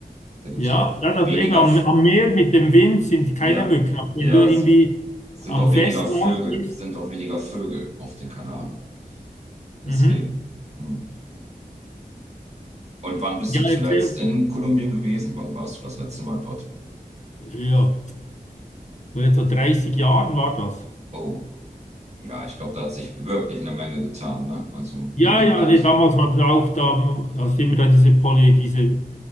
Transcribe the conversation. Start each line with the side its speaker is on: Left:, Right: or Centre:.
Right: Da gibt
Left: Ja,
Right: es auch
Left: ja, das, also
Right: weniger,
Left: eben am,
Right: F-
Left: am Meer mit dem Wind sind keine
Right: ja,
Left: Mücken. Aber wenn
Right: ja,
Left: du irgendwie
Right: es sind
Left: am
Right: auch
Left: Festland
Right: weniger Vögel,
Left: bist,
Right: sind auch weniger Vögel auf den Kanaren. Deswegen.
Left: mhm.
Right: hm. Und wann bist
Left: Ja,
Right: du zuletzt
Left: erzähl,
Right: in Kolumbien gewesen? Wann warst du das letzte Mal dort?
Left: ja, vor etwa 30 Jahren war das.
Right: Oh, ja, ich glaube, da hat sich wirklich eine Menge getan, ne? Also
Left: Ja,
Right: in dem
Left: ja,
Right: Land.
Left: nee, damals hat auch da, hast du immer da diese Poly, diese